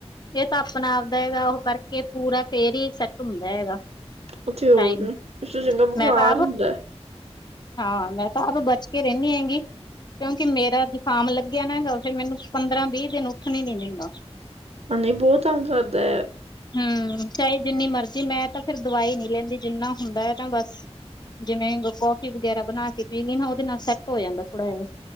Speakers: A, on the left (about 40°); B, on the right (about 70°).
A: ਇਹ ਤਾਂ ਆਪਣਾ- ਆਪਦਾ ਹੈਗਾ, ਉਹ ਕਰਕੇ ਪੂਰਾ ਫੇਰ ਹੀ ਸੈਟ ਹੁੰਦਾ ਹੈਗਾ
B: ਉੱਥੇ ਹੋਰ,
A: ਟਾਈਮ
B: ਇਸ ਤੋਂ ਚੰਗਾ ਬੁਖ਼ਾਰ
A: ਮੈਂ ਤਾਂ ਆਪ
B: ਹੁੰਦਾ
A: ਹਾਂ ਮੈਂ ਤਾਂ ਆਪ, ਬਚ ਕੇ ਰਹਿੰਦੀ ਹੈਂਗੀ, ਕਿਉਂਕਿ ਮੇਰਾ ਜੁਕਾਮ ਲੱ ਜੇ ਲੱਗਿਆ ਨਾ, ਫਿਰ ਮੈਨੂੰ ਪੰਦਰਾਂ- ਵੀਹ ਦਿਨ, ਉੱਠਣ ਹੀ ਨਈ ਦਿੰਦਾ
B: ਹਾਂ, ਨਹੀਂ ਬਹੁਤ ਤੰਗ ਕਰਦਾ
A: ਹਮ, ਚਾਹੇ ਜਿੰਨੀ ਮਰਜ਼ੀ, ਮੈਂ ਤਾਂ ਫਿਰ ਦਵਾਈ ਨਈ ਲੈਂਦੀ ਜਿੰਨਾ, ਹੁੰਦਾ ਹੈ ਨਾ ਬਸ ਜਿਵੇਂ ਕੋਫੀ ਵਗੈਰਾ ਬਣਾ ਕੇ ਪੀ ਲਈ ਨਾ, ਉਹਦੇ ਨਾਲ ਸੈੱਟ ਹੋ, ਜਾਂਦਾ ਥੋੜਾ ਜਿਹਾ